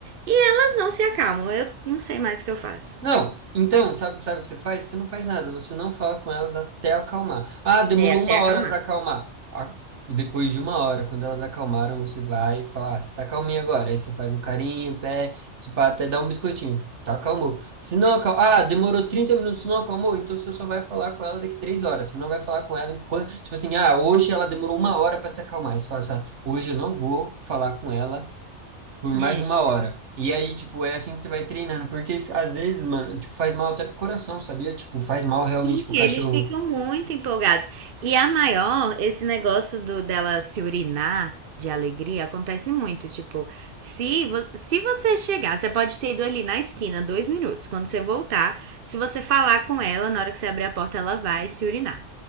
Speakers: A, on the right; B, on the right.
A: E elas não se acalmam. Eu não sei mais o que eu faço.
B: Não, então, sabe, sabe o que você faz? Você não faz nada, você não fala com elas até acalmar. Ah, demorou
A: É, até
B: uma
A: acalmar.
B: hora para acalmar. Ah, depois de uma hora, quando elas acalmaram, você vai e fala, ah, você tá calminha agora. Aí você faz um carinho, um pé, se pá, até dar um biscoitinho. Tá, acalmou. Se não acalmou, ah, demorou 30 minutos, não acalmou, então você só vai falar com ela daqui três horas. Você não vai falar com ela enquanto, tipo assim, ah, hoje ela demorou uma hora para se acalmar. Aí você fala assim, ah, hoje eu não vou falar com ela por mais
A: É.
B: uma hora. E aí, tipo, é assim que você vai treinando. Porque às vezes, mano, tipo, faz mal até pro coração, sabia? Tipo, faz mal realmente
A: Sim,
B: pro
A: eles
B: cachorro.
A: ficam muito empolgados. E a maior, esse negócio do dela se urinar de alegria acontece muito. Tipo, se, vo- se você chegar, você pode ter ido ali na esquina dois minutos. Quando você voltar, se você falar com ela, na hora que você abrir a porta, ela vai se urinar.